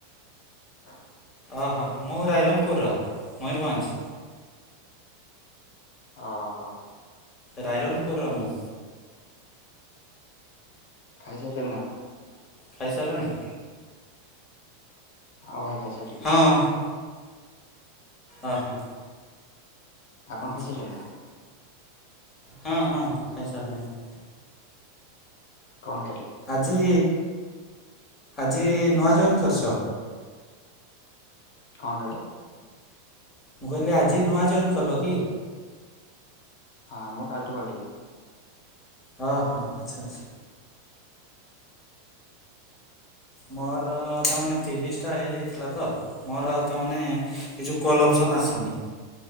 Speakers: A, on the left (about 65°); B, on the left (about 25°).
A: ହଁ
B: ଓହୋ, ମୁଁ ରାଇରଙ୍ଗପୁର ର ମୟୂରଭଞ୍ଜ।
A: ଓହୋ।
B: ରାଇରଙ୍ଗପୁର ର ମୁଁ।
A: ଖାଇସାଇଲେଣି ନା ଆପଣ?
B: ଖାଇସାରଲଣି?
A: ହଁ ଭାଇ ଖାଇସାଇଲି।
B: ହଁ ହଁ। ଓ, ହଁ।
A: ଆପଣ
B: ଆଚ୍ଛା
A: ଖାଇସାଇଲେଣି ନା?
B: ହଁ, ହଁ ଖାଇସାରିଲିଣି।
A: କଣ ଖାଇଲେ?
B: ଆଜି ଆଜି ନୂଆ ଜଏନ୍ କରିଛ?
A: କଣ କହିଲେ?
B: ମୁଁ କହିଲି ଆଜି ନୂଆ ଜଏନ୍ କଲ କି?
A: ହଁ ମୁଁ କାଲିଠୁ କଲିିଣି।
B: ହଁ, ହଁ, ଆଚ୍ଛା, ଆଚ୍ଛା। ମୋର ତାମାନେ ତିରିଶଟା ହେଇଯାଇଥିଲା ତ ମୋର ଆଉ ତାମାନେେ ଏଇ ଯୋଉ କଲ୍ ଅପସନ୍ ଆସୁନି।